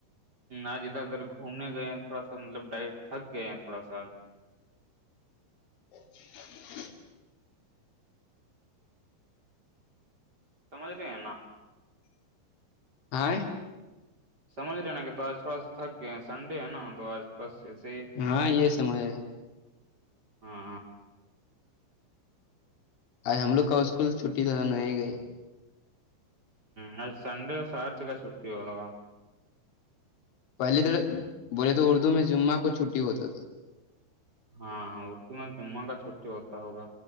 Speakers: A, on the right; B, on the left.
A: آج ادھر ادھر گھومنے گئے ہیں تھوڑا سا مطلب ڈائٹ تھک گئے ہیں تھوڑا سا
B: <inaudible>
A: سمج رہے
B: آئے
A: سمجھ رہے نا کہ تو آج تھوڑا سا تھک گئے سنڈے ہے نا تو آج بس ایسے ہی
B: ہاں یہ سمج ہےے
A: ہاںاں
B: آج ہم لوگ کا اسکول چھٹی تھا تھا نئے گئے
A: ہوں سنڈے چھٹی ہو گا
B: پہلے تو بولے تو اردو میں جمعہ کو چھٹی ہوتا تھا
A: ہاں اردو میں جمعہ کا چھٹی ہوتا ہوگا